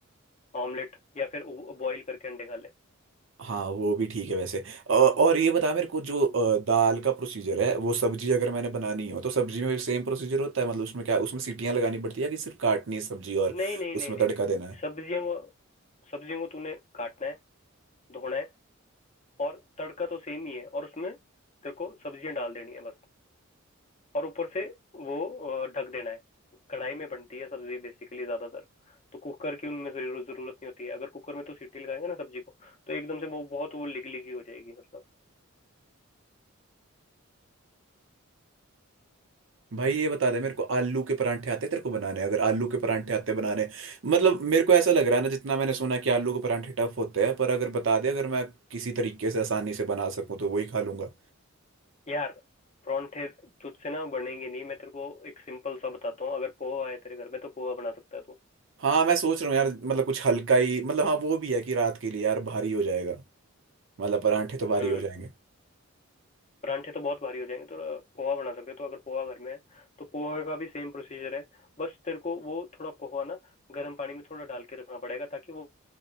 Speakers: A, on the left; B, on the right.
A: ऑमलेट या फिर बॉईल करके अंडे खा ले
B: हाँ वो भी ठीक है वैसे अ, और ये बता मेरे को जो अ, दाल का प्रोसीजर है वो सब्जी अगर मैंने बनानी हो तो सब्जी में भी सेम प्रोसीजर होता है मतलब उसमें क्या उसमें सीटियाँ लगानी पड़ती है कि सिर्फ काटनी है सब्जी और
A: नहीं नहीं
B: उसमें
A: नहीं नहीं
B: तड़का देना है
A: सब्जियों को सब्जियों को तूने काटना है धोना है और तड़का तो सेम ही है और उसमें तेरे को सब्जियां डाल देनी है बस और ऊपर से वो अ, ढक देना है कढ़ाई में बनती है सब्जी बेसिकली ज्यादातर तो कुकर की उनमें जरूर जरूरत नहीं होती है अगर कुकर में तो सीटी लगाएंगे ना सब्जी को तो एकदम से वो बहुत वो लिग लिगी हो जाएगी मतलब
B: भाई ये बता दे मेरे को आलू के परांठे आते हैं तेरे को बनाने अगर आलू के परांठे आते बनाने मतलब मेरे को ऐसा लग रहा है ना जितना मैंने सुना कि आलू के परांठे टफ होते हैं पर अगर बता दे अगर मैं किसी तरीके से आसानी से बना सकूं तो वही खा लूंगा
A: यार परांठे तुझसे ना बनेंगे नहीं मैं तेरे को एक सिंपल सा बताता हूँ अगर पोहा है तेरे घर में तो पोहा बना सकता है तू
B: हाँ मैं सोच रहा हूँ यार मतलब कुछ हल्का ही मतलब हाँ वो भी है कि रात के लिए यार भारी हो जाएगा मतलब परांठे तो भारी
A: हम्म
B: हो जाएंगे
A: परांठे तो बहुत भारी हो जाएंगे तो पोहा बना सकते हैं तो अगर पोहा घर में है तो पोहा का भी सेम प्रोसीजर है बस तेरे को वो थोड़ा पोहा ना गर्म पानी में थोड़ा डाल के रखना पड़ेगा ताकि वो